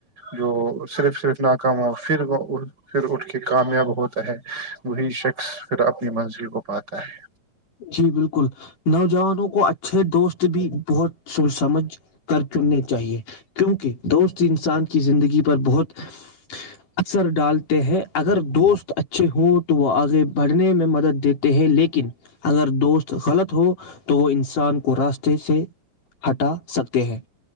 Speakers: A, on the right; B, on the left.
A: جو صرف صرف ناکام ہو پھر وہ پھر اٹھ کے کامیاب ہوتا ہے وہی شخص پھر اپنی منزل کو پاتا ہے
B: جی بالکل نوجوانوں کو اچھا چھ دوست بھی بہت سوچ سمجھ کر چننے چاہیے کیونکہ دوست انسان کی زندگی پر بہت اثر ڈالتے ہیں اگر دوست اچھے ہوں تو وہ آگے بڑھنے میں مدد دی ہیں لیکن اگر دوست غلط ہو تو وہ انسان کو راسہ جیسے <inaudible> ہٹا سکتے ہیں